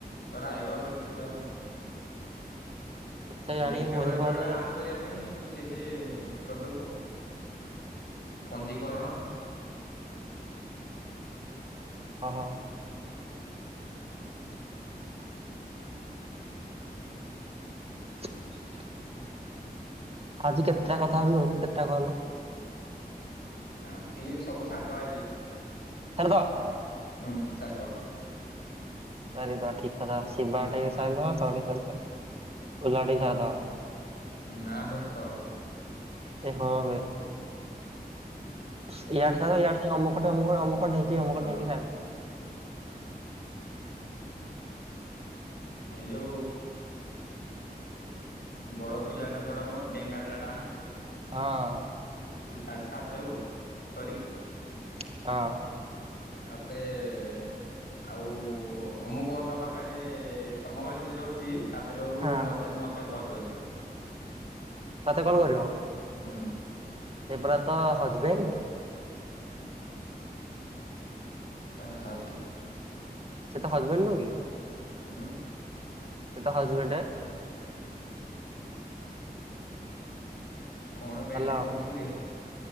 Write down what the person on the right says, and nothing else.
ମତେ ଜାଣିକି
ମହି
କଲ
ଓସହୋ! <inaudible> ଆଜି କେତେଟା କଥା ହେବୁ ଇଲୁ କେତେଟା କଲ୍?
ସାରିଦବା?
ସାରିଦବା ଠିକ କଥା ଶିବା ଟାବି ସାରିଦବା ତୋ ଟାବି ସାରିଦବା ଫୁଲା ଟାବି ସାରିଦବା।
ଏ ହଁ ବେ <unintelligible> କି ଅମକ ଢେଙ୍କି ସାର୍ଦେବା।
ହଁ।
ଅଁ।
ହଁ।
ତତେ କଲ କରିବ?
ସେ ପରା ତ ହଜବେଣ୍ଟ!
ସେ ତୋ ହଜବେଣ୍ଡ ନୁହୁ କି?
ସେ ତ ହଜବେଣ୍ଡେ।
ହାଲୋ